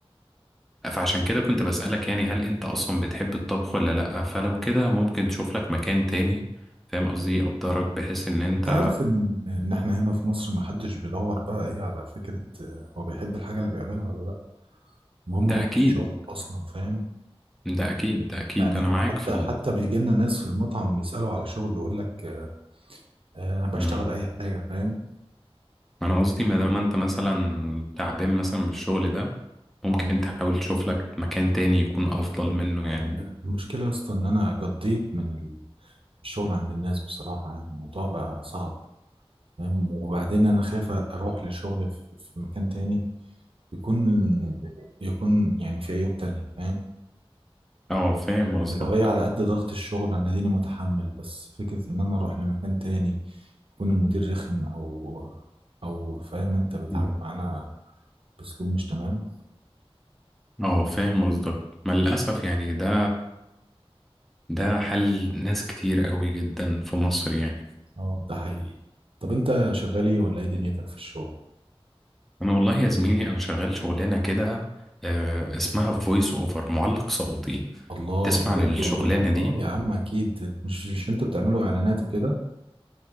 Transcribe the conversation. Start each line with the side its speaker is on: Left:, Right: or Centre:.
Centre: فعشان كده كنت بسألك يعني هل انت اصلا بتحب الطبخ ولا لأ فلو كده ممكن تشوف لك مكان تاني فاهم قصدي يقدرك بحيث ان انت
Right: أنت عارف إن إن إحنا هنا في مصر محدش بيدور بقى إيه على فكرة آه، هو بيحب الحاجة اللي بيعملها ولا لأ، المهم
Centre: ده
Right: هو
Centre: اكيد
Right: في شغل أصلا فاهم؟
Centre: ده اكيد ده اكيد
Right: يعني
Centre: انا معاك
Right: حتى
Centre: في ال...
Right: حتى بيجي لنا ناس في المطعم بيسألوا على شغل يقول لك آه آه، بشتغل
Centre: مم.
Right: أي حاجة فاهم؟
Centre: انا قصدي ما دام انت مثلا تعبان مثلا من الشغل ده ممكن
Right: أه
Centre: تحاول تشوف لك مكان تاني يكون افضل منه
Right: آه،
Centre: يعني
Right: المشكلة أصلا إن أنا قضيت من ال- الشغل عند الناس بصراحة يعني الموضوع بقى صعب فاهم وبعدين انا خايف اروح لشغل في في مكان تاني يكون يكون يعني في عيوب تانية فاهم
Centre: اه فاهم
Right: يعني
Centre: قصدك
Right: لو هي على قد ضغط الشغل انا ديني متحمل بس فكرة ان انا اروح لمكان تاني يكون المدير رخم او او فاهم انت بيتعامل
Centre: مم.
Right: معانا باسلوب مش تمام
Centre: اه فاهم قصدك ما للأسف يعني ده ده حل ناس كتير قوي جدا في مصر يعني
Right: اه ده حقيقي طب انت شغال ايه ولا ايه دنيتك في الشغل
Centre: انا والله يا زميلي انا شغال شغلانه كده آه، اسمها فويس اوفر معلق صوتي
Right: الله
Centre: تسمع
Right: بجد
Centre: عن الشغلانه
Right: والله
Centre: دي
Right: اه يا عم اكيد مش مش انتوا بتعملوا اعلانات وكده